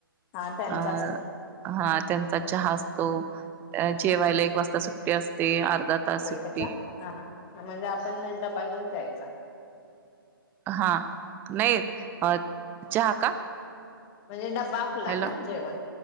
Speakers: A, on the left; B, on the right.
A: हा त्यांचा
B: अ हा त्यांचा चहा असतो, जेवायला एक वाजता सुट्टी असते, तास
A: च्या
B: सुट्टी
A: हा म्हणजे डबा घेऊन जायचा
B: हा नाही अ चहा का?
A: म्हणजे ड बापला
B: हॅलो
A: ना जेवण